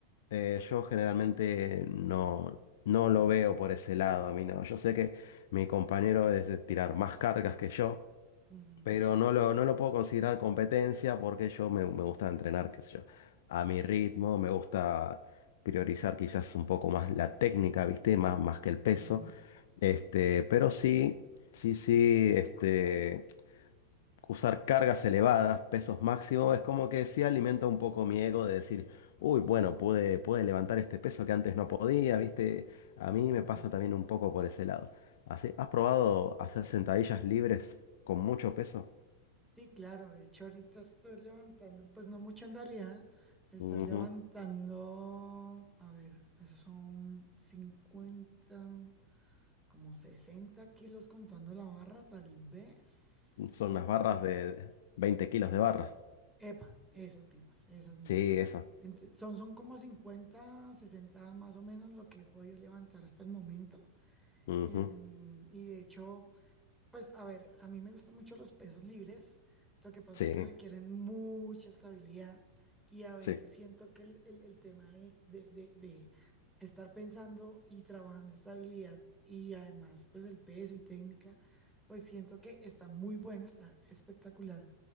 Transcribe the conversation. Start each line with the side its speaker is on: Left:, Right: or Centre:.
Left: Eh, yo generalmente no, no lo veo por ese lado, a mí no. Yo sé que mi compañero es de tirar más cargas que yo,
Centre: ujú,
Left: pero no lo, no lo puedo considerar competencia porque yo me, me gusta entrenar, qué sé yo, a mi ritmo, me gusta priorizar quizás un poco más la técnica, ¿viste? Más, más que el peso.
Centre: ujú,
Left: Este, pero sí, sí, sí, este usar cargas elevadas, pesos máximos, es como que sí alimenta un poco mi ego de decir, uy, bueno, pude, pude levantar este peso que antes no podía, ¿viste? A mí me
Centre: ujú.
Left: pasa también un poco por ese lado. Así, ¿has probado hacer sentadillas libres con mucho peso?
Centre: Sí, claro, de hecho ahorita estoy levantando, pues no mucho en realidad, estoy
Left: Ujú.
Centre: levantando, a ver, esos son 50, como 60 kilos contando la barra, tal vez, 60
Left: Son unas barras
Centre: 70,
Left: de veinte kilos
Centre: de-
Left: de barra.
Centre: epa, esas mismas, esas mismas.
Left: Sí, esa.
Centre: Ent- son, son como 50, 60 más o menos lo que he podido levantar hasta el momento.
Left: Ujú.
Centre: Em, y de hecho... Pues a ver, a mí me gustan mucho los pesos libres. Lo que pasa
Left: Sí,
Centre: es que requieren mucha estabilidad y a veces
Left: sí.
Centre: siento que el, el- el tema de, de- de- de estar pensando y trabajando estabilidad y además pues el peso y técnica, pues siento que está muy bueno, está espectacular,